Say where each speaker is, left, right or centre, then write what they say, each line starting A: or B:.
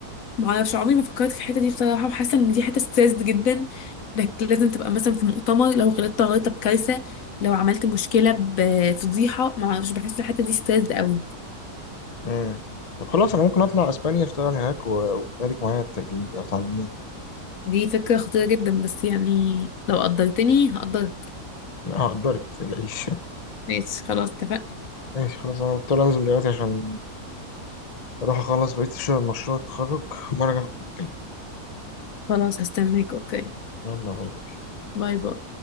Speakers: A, on the left (about 65°); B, on the left (about 35°).
A: معرفش عمري ما فكرت في الحته دي بصراحه وحاسه ان دي حته ستريسد جدا انك لازم تبقى مثلا في مؤتمر لو غلطت غلطه بكارثه لو عملت مشكله بفضيحه معرفش بحس الحته دي ستريسد قوي
B: مم. طب خلاص انا ممكن اطلع اسبانيا اشتغل هناك و- واديك معايا ترجمي لي او تعلميني
A: دي فكره خطيره جدا بس يعني لو قدرتني هقدرك
B: لا هقدرك ما تقلقيش
A: ماشي خلاص اتفقنا
B: <laughs> ماشي خلاص انا مضطر انزل دلوقتي عشان اروح اخلص بقية الشغل مشروع التخرج وأما ارجع أبقى اكلمك
A: خلاص هستناك اوكي
B: يلا باي باي
A: باي باي